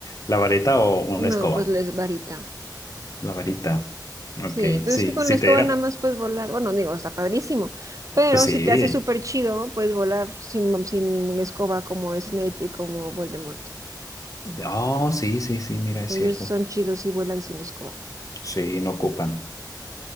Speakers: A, on the left; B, on the right.
A: ¿la varita o una escoba?
B: No, pues la varita.
A: La varita.
B: Sí,
A: Ok,
B: pero
A: sí,
B: es que con
A: sí
B: la escoba
A: te era.
B: nada más puedes volar. Bueno, digo, está padrísimo. Pero
A: Pues sí.
B: si te hace súper chido, puedes volar sin, sin escoba como Snape y como Voldemort.
A: Oh, sí, sí, sí, mira, es
B: Ellos
A: cierto.
B: son chidos y vuelan sin escoba.
A: Sí, no ocupan.